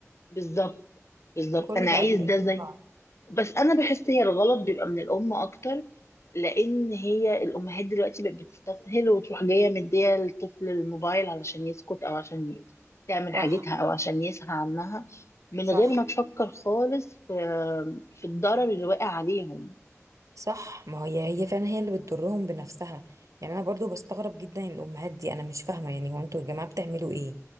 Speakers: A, on the left; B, on the right.
A: بالظبط بالظبط
B: كله
A: انا
B: بقى
A: عايز
B: بيقلد
A: ده زي
B: بعض
A: بس انا بحس هي الغلط بيبقى من الام اكتر لان هي الامهات دلوقتي بقت بتستسهل وتروح جايه مديه للطفل الموبايل علشان يسكت او عشان تعمل
B: صح
A: حاجتها او عشان يسهى عنها من
B: صح
A: غير ما تفكر خالص في في الضرر اللي واقع عليهم
B: صح ما هي هي فعلا هي اللي بتضرهم بنفسها يعني انا برضو بستغرب جدا الامهات دي انا مش فاهمه يعني هو انتوا يا جماعه بتعملوا ايه